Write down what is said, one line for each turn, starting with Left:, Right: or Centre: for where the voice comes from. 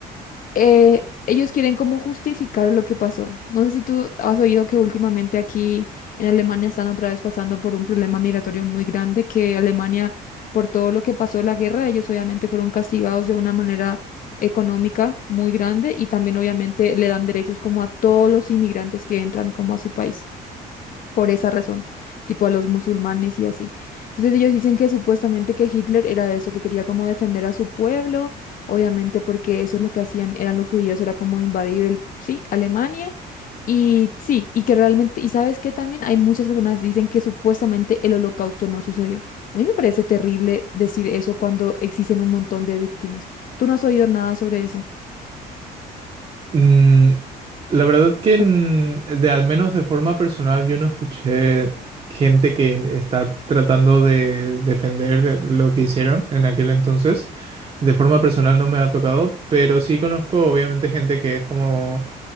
Left: eh, ellos quieren como justificar lo que pasó. No sé si tú has oído que últimamente aquí en Alemania están otra vez pasando por un problema migratorio muy grande, que Alemania, por todo lo que pasó en la guerra, ellos obviamente fueron castigados de una manera económica muy grande y también obviamente le dan derechos como a todos los inmigrantes que entran como a su país por esa razón, tipo a los musulmanes y así. Entonces ellos dicen que supuestamente que Hitler era eso, que quería como defender a su pueblo, obviamente porque eso es lo que hacían, eran los judíos, era como invadir el, sí, Alemania, y sí, y que realmente, y sabes que también hay muchas personas que dicen que supuestamente el holocausto no sucedió. A mí me parece terrible decir eso cuando existen un montón de víctimas. ¿Tú no has oído nada sobre eso?
Right: Mm, la verdad que en-
Left: O-
Right: de al menos de forma personal yo no escuché gente que está tratando de defender lo que hicieron en aquel entonces. De forma personal no me ha tocado, pero sí conozco obviamente gente que es como